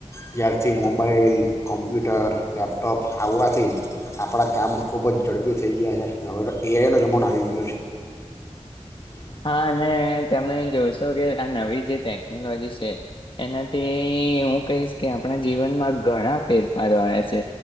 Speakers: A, on the left (about 25°); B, on the left (about 45°).
A: ત્યારથી મોબાઈલ, કોમ્પ્યુટર, લેપટોપ આવવાથી જ આપણાં કામ ખૂબ ઝડપી થઈ ગયા છે હવે તો એઆઈનો જમાનો આવી ગયો છે.
B: હા, અને તમે જોશો કે આ નવી જે ટેકનોલોજી છે એનાથી હું કહીશ કે આપણા જીવનમાં ઘણા ફેરફારો આવ્યા છે.